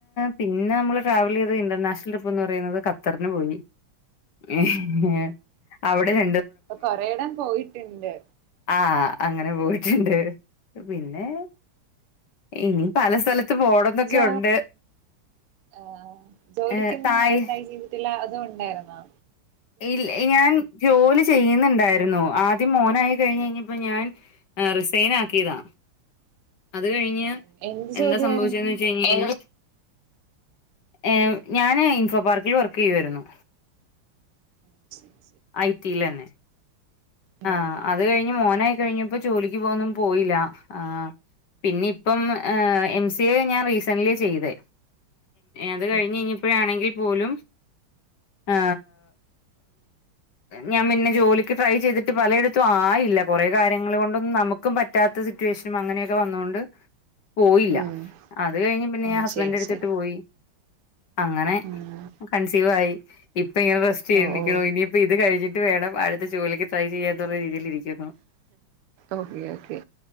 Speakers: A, on the left; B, on the right.
A: പിന്നെ നമ്മള് ട്രാവൽ ചെയ്തത് ഇന്റർനാഷണൽ ട്രിപ്പ് എന്ന് പറയുന്നത് ഖത്തറിന് പോയി. <unintelligible> അവിടെ ര
B: അപ്പൊ കൊറെയിടംപോയിട്ടുണ്ട്.
A: ആ അങ്ങനെ പോയിട്ടുണ്ട്. പിന്നെ ഇനി പല സ്ഥലത്ത് പോണംന്നൊക്കെ
B: ജോ
A: ഉണ്ട്
B: ആ ജോലിക്കൊന്നും
A: ഏഹ് തായ്
B: ട്രൈ ചെയ്തിട്ടില്ല. അതോ ഒണ്ടായിരുന്നോ?
A: ഇല ഞാൻ ജോലി ചെയ ചെയ്യുന്നുണ്ടായിരുന്നു. ആദ്യം മോനായി കഴിഞ്ഞ കഴിഞ്ഞപ്പോ ഞാൻ റിസൈൻ ആക്കിയതാ. അത് കഴിഞ്ഞ്
B: ഉം എന്ത് ജോലിയായിരുന്നു
A: എന്താ സംഭവിച്ചെന്ന് വെച്ച് കഴിഞ്ഞല്
B: ഉം
A: ഏ ഞാന് ഇൻഫോപാർക്കിൽ വർക്ക് ചെയ്യുവായിരുന്നു.
B: ശരി ശരി
A: ഐ റ്റി യില് തന്നെ.
B: ഉം
A: ആ അത് കഴിഞ്ഞ് മോനായി. കഴിഞ്ഞപ്പോ ജോലിക്ക് പോകൊന്നും പോയില്ല. ആ പിന്നെ ഇപ്പം എം. സി. എ. ഞാൻ റീസന്റ്ലി ചെയ്ത് അത് കഴിഞ്ഞഞ്
B: ഉം
A: കഴിഞ്ഞപ്പോഴാണെങ്കിൽ പോലുംആ ഞാൻ പിന്നെ ജോലിക്ക് ട്രൈ ചെയ്തിട്ട് പലയിടത്തും ആയില്ല കുറെ കാര്യങ്ങൾ കൊണ്ടൊന്നും നമുക്കും പറ്റാത്ത സിറ്റുവേഷനും അങ്ങനെയൊക്കെ വന്നൊണ്ട് പോയില്ല
B: ഉം
A: അത് കഴിഞ്ഞ് പിന്നെ
B: ഉം
A: ഞാൻ ഹസ്ബൻഡിന്റെഅടുത്തോട്ട്
B: ശരി ശരി
A: പോയി. അങ്ങനെ
B: ഉം
A: കൺസീവായി ഇ പ്പ ഇങ്ങനെ റസ്റ്റ് ചെയ്യേണ്ടരിക്കണോ
B: ഓ ഓ
A: ഇനി പ്പ ഇത് കഴിഞ്ഞിട്ട് വേണം അടുത്ത ജോലിക് ട്രൈചെയ്യാ ന്നുള്ള രീതില് ഇരിക്കുന്നു
B: okay okay